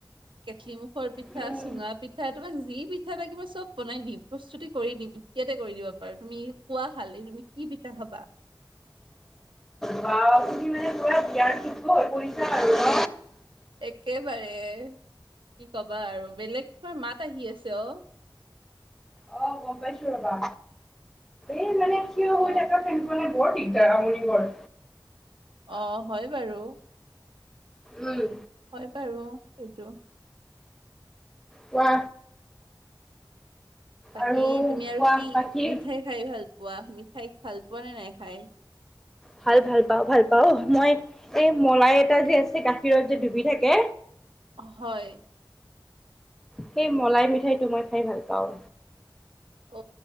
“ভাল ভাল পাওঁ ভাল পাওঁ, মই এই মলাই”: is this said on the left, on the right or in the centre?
Centre